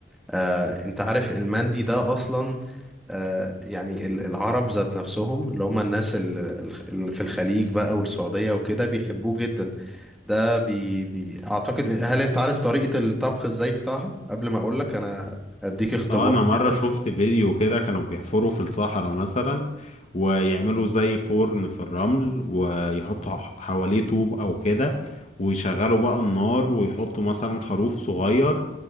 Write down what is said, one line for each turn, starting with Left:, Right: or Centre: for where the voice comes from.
Centre: آه انت عارف المندي ده اصلا آه يعني ال- العرب ذات نفسهم اللي هم الناس ال- الخ- اللي في الخليج بقى والسعودية وكده بيحبوه جدا ده بي بي اعتقد هل انت عارف طريقة الطبخ ازاي بتاعها قبل ما اقولك انا اديك اختبار
Left: اه انا مرة
Centre: كده
Left: شفت فيديو كده كانوا بيحفروا في الصحراء مثلا ويعملوا زي فرن في الرمل ويحطوا ح- حواليه طوب او كده ويشغلوا بقى النار ويحطوا مثلا خروف صغير